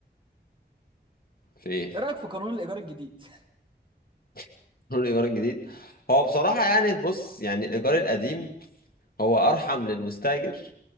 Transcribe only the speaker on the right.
ايه رأيك في قانون الايجار الجديد <laughs>